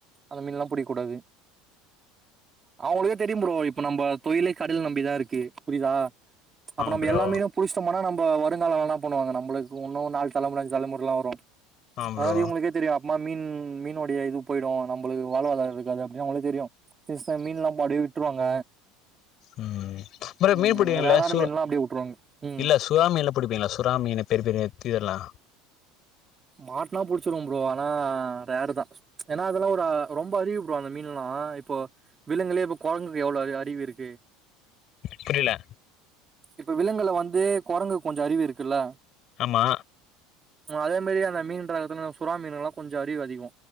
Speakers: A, on the right; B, on the left.
A: அந்த மீன்ல்லா புடிக் கூடாது அவுங்களுகே தெரியும் ப்ரோ இப்ப நம்ப தொழிலே கடல் நம்பிதாருக்கு புரிதா அப்ப
B: ஆமா
A: நம்ப
B: ப்ரோ
A: எல்லா மீனு புடுச்டோமானா நம் ப வருங்காலொல்லா னாப்பண்ணுவாங்க நம்பளுக்கு ஒன்னு நால் தலமுற அஞ்சு தலமுறல்லா வரு
B: ஆமா
A: அதாது
B: ப்ரோ
A: இவுங்களுக்கே தெரியு மா மீன் மீனொடைய இது போயிடு நம்பளுக்கு வாழ்வாதார இருக்காது அப்புடின் அவுங்களுக்கு தெரியு சின்ன சின்ன மீன்ல்லா பாடி விட்ருவாங்க
B: உம் ப்ரோ
A: ம்
B: மீன் புடிங்கள்ல
A: ரேரான
B: சுற்
A: மீன்லா அப்டியே விட்ருவாங்க ம்
B: இல்ல சுறா மீன்லா புடிப்பீங்ளா சுறா மீனு பெரி பெரி நெத்தி இதல்லா
A: மாட்னா புடுச்சுருவம் ப்ரோ ஆனா ரேரு தா ஏனா அதெல்லா ஒரு அ ரொம்ப அறிவு ப்ரோ அந்த மீன்ல்லா இப்போ விலங்களே இப்ப கொரங்குக்கு எவ்ளோ அறி அறிவிருக்
B: புரில
A: இப்ப விலங்குல வந்து கொரங்கு கொஞ்ச அறிவு இருக்குல்ல
B: ஆமா
A: மாதெ மாரி அந்த மீன்ற அதுல சுறா மீனுல்லா கொஞ்ச அறிவு அதிகோ